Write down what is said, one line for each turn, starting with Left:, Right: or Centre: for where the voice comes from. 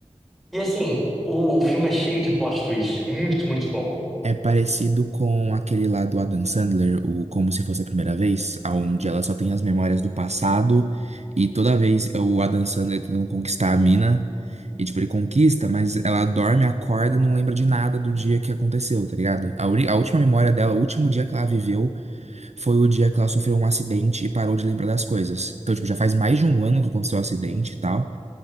Centre: E assim, o o filme é cheio de plot twist, muito, muito bom.
Right: É parecido com aquele lá do Adam Sandler, o Como Se Fosse a Primeira Vez, onde ela só tem as memórias do passado e toda vez é o Adam Sandler tentando conquistar a mina. E, tipo, ele conquista, mas ela dorme, acorda, não lembra de nada do dia que aconteceu, tá ligado? A, uni- a última memória dela, o último dia que ela viveu, foi o dia que ela sofreu um acidente e parou de lembrar das coisas. Então, tipo, já faz mais de um ano que aconteceu o acidente e tal.